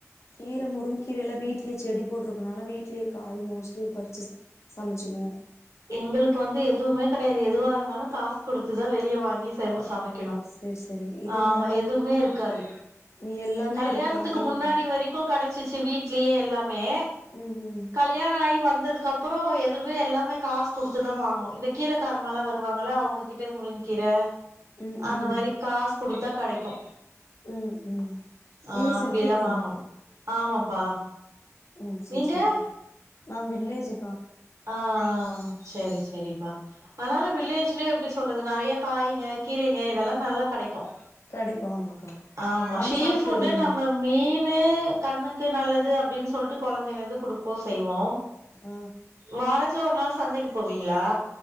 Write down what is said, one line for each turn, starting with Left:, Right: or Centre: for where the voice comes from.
Left: கீர முருங் கீர எல்லா வீட்லே செடி போட்ருக்கனால வீட்லே காய் மோஸ்ட்லி பறுச்சு சமச்சிக்குவோ
Right: எங்களுக்கு வந்து எதுவுமே கெடையாது எதுவா இருந்தாலு காஸ் குடுத்துதா வெளிய வாங்கி செம சமைக்கணு
Left: ஓ சேரி சேரி இது
Right: ஆமா
Left: நாங்க
Right: எதுவுமே இருக்காது
Left: இங்க எல்லாமே
Right: கல்யாணத்துக்கு
Left: இருக்கா வீட்ல
Right: முன்னாடி வரைக் கு கெடைச்சிச்சு வீடலயே எல்லாமே
Left: ம் ம்
Right: கல்யாணொ ஆகி வந்ததுக் அப் ப்பறோ எதுவுமே எல்லாமே காஸ் குடுத்துதா வாங்கணு இந்த கீர காரம்மாலா வருவாங்கள அவுங்ககிட்ட முருங்க்கீர
Left: ம்
Right: அந்த மாரி
Left: ம்
Right: காஸ் குடுத்தா கெடைக்கு
Left: ம் ம்
Right: ஆ
Left: நீங்க
Right: அப்படியதா
Left: சிட்டிங்ளா
Right: வாங்கணு ஆமாப்பா
Left: ம் செரி
Right: நீங்க
Left: செரிக்கா நா வில்லேஜு
Right: ஆ சேரி சேரிப்பா அதனால வில்லேஜ்லயே எப்டி சொல்றது நெறைய காய்ங்கெ கீரைங்கெ இதெல்லா நல்லா கெடைக்கு
Left: கெடைக்கு ஆமாக்கா
Right: ஆமா
Left: வாங்
Right: ஷி
Left: சாப்ட்டு
Right: ஃபுட்டு
Left: வருவீங்க
Right: நம்ம மீனு கண்ணுக்கு நல்லது அப்டின்னு சொல்ட்டு கொழந்தைல இருந்து குடுப்போ செய்வோ
Left: அ
Right: வாரத்துல ஒரு நாள் சந்தைக்கு போவீங்ளா